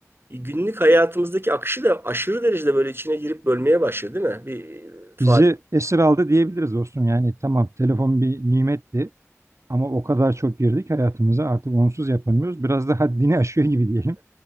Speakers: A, on the right; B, on the right.
A: günlük hayatımızdaki akışı da aşırı derecede böyle içine girip bölmeye başladı değil mi? Bir e, fa-
B: Bizi esir aldı diyebiliriz dostum. Yani tamam telefon bir nimetti ama o kadar çok girdik hayatımıza artık onsuz yapamıyoruz. Biraz da haddini <laughs> aşıyor gibi diyelim.